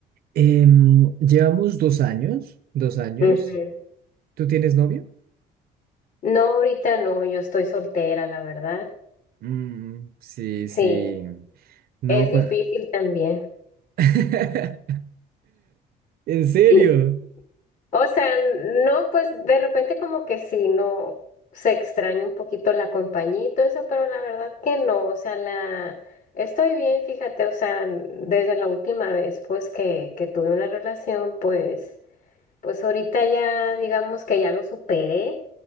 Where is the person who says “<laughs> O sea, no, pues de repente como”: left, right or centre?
Left